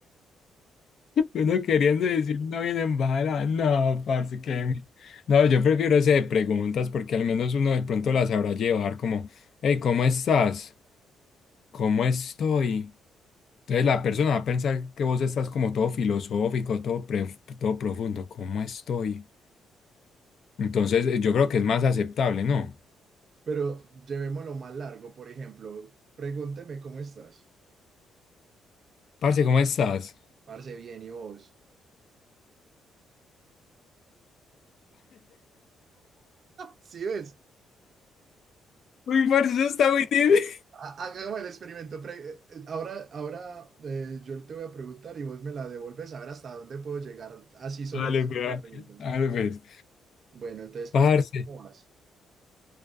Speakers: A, on the left (about 60°); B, on the right (about 55°).
A: <laughs> Uno queriendo decir no viene en bala. No, parce, que... mi- No, yo prefiero ese de preguntas porque al menos uno de pronto la sabrá llevar como, hey, ¿cómo estás? ¿Cómo estoy? Entonces la persona va a pensar que vos estás como todo filosófico, todo, pre- todo profundo. ¿Cómo estoy? Entonces eh, yo creo que es más aceptable, ¿no?
B: pero llevémoslo más largo, por ejemplo, pregúnteme cómo estás.
A: Parce, ¿cómo estás?
B: Parce, bien, ¿y vos? Sí, ves,
A: Uy, parce, eso está muy difícil.
B: Ha- hagamos el experimento. pre- eh, ahora ahora eh, yo te voy a preguntar y vos me la devuelves a ver hasta dónde puedo llegar así
A: <laughs>
B: solo
A: Dale,
B: respondiendo
A: pues,
B: preguntas.
A: dale, pues.
B: Bueno, entonces, parce,
A: Parce,
B: ¿cómo vas?